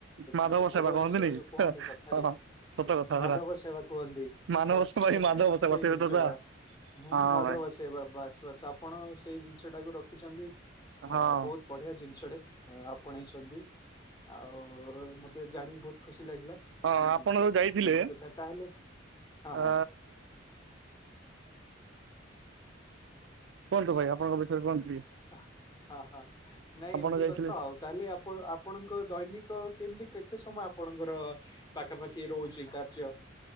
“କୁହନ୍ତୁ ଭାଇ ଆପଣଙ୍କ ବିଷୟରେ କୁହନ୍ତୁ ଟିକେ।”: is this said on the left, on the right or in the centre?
Right